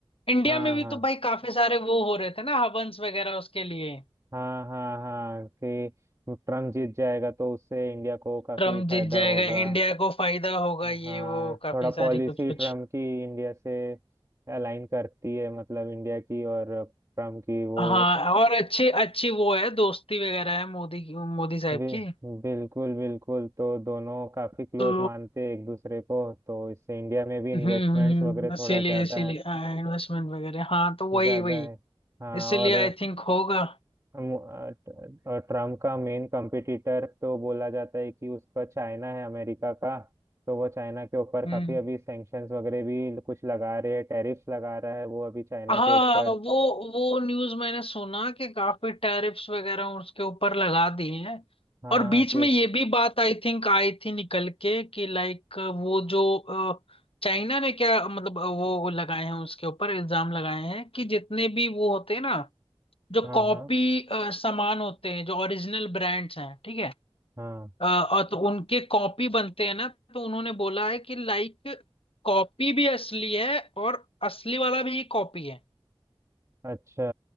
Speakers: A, on the left; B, on the right.
A: इंडिया
B: हाँ
A: में भी
B: हाँ
A: तो भाई काफी सारे वो हो रहे थे ना हवंस वगैरह उसके लिए
B: हाँ हाँ हाँ कि ट्रम्प जीत जाएगा तो उससे इंडिया को काफी
A: ट्रम्प जीत
B: फायदा
A: जाएगा
B: होगा
A: इंडिया को फायदा होगा ये
B: हाँ
A: वो काफी
B: थोड़ा पॉलिसी
A: सारी कुछ कुछ
B: ट्रम्प की इंडिया से अलाइन करती है मतलब इंडिया की और ट्रम्प की वो
A: हाँ और अच्छी अच्छी वो है दोस्ती वगैरह है मोदी की मोदी साहब
B: बि,
A: की
B: बिल्कुल बिल्कुल तो दोनों काफी क्लोज
A: तो
B: मानते हैं एक दूसरे को तो इससे इंडिया में भी इन्वेस्टमेंट्स
A: हम्म हम्म,
B: वगैरह
A: इसीलिए
B: थोड़ा ज्यादा
A: इसीलिए
B: है
A: इन्वेस्टमेंट वगैरह हाँ तो वही
B: ज्यादा
A: वही
B: है हाँ
A: इसीलिए
B: और
A: आई थिंक होगा
B: अम, अ, ट- और ट्रम्प का मेन कंपटीटर तो बोला जाता है कि उसका चाइना है अमेरिका का तो वो चाइना के ऊपर काफी
A: हम्म
B: अभी सैंक्शंस वगैरह भी कुछ लगा रहे हैं टैरिफ्स लगा रहा है वो अभी चाइना
A: हाँ
B: के ऊपर
A: वो वो न्यूज़ मैंने सुना कि काफी टैरिफ्स वगैरह उसके ऊपर लगा दिए हैं
B: हाँ
A: और बीच
B: क्यों
A: में ये भी बात आई थिंक आई थी निकल के कि लाइक वो जो अ, चाइना ने क्या मतलब अ, वो लगाए हैं उसके ऊपर इल्जाम लगाए हैं कि जितने भी वो होते हैं ना जो
B: हाँ
A: कॉपी
B: हाँ
A: सामान होते हैं जो ओरिजिनल ब्रांड्स हैं ठीक है
B: हाँ
A: अ, और तो उनके कॉपी बनते हैं ना तो उन्होंने बोला है कि लाइक कॉपी भी असली है और असली वाला भी कॉपी है
B: अच्छा